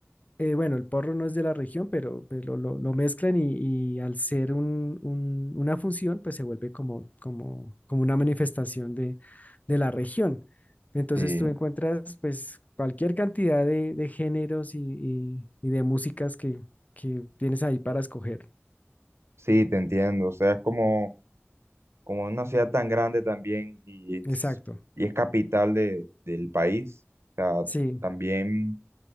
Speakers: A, on the left; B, on the right.
A: eh, bueno, el porro no es de la región, pero, pero lo, lo mezclan y, y al ser un- un- una función, pues se vuelve como, como, como una manifestación de, de la región. Entonces
B: Sí,
A: tú encuentras pues cualquier cantidad de, de géneros y, y- y de músicas que, que tienes ahí para escoger.
B: sí, te entiendo. O sea, es como, como una ciudad tan grande también y es,
A: Exacto.
B: y es capital de, del país. O sea,
A: Sí,
B: también